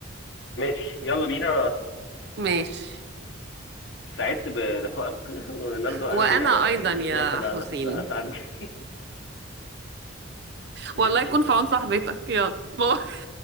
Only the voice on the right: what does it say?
ماشي
وأنا أيضا يا
حسين
والله
يكون
في عون صاحبتك يلا باي